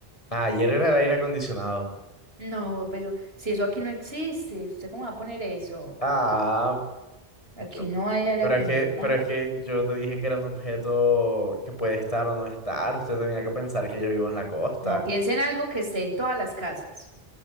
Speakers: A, on the left; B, on the right.
A: Ah, ayer era el aire acondicionado.
B: No, pero si eso aquí no existe, ¿usted cómo va a poner eso?
A: Ah,
B: Aquí
A: yo-
B: no hay aire
A: pero
B: acondicionado.
A: es que, pero es que yo te dije que era un objeto que puede estar o no estar. Usted tenía que pensar que yo vivo en la costa.
B: No, piense en algo que esté en todas las casas,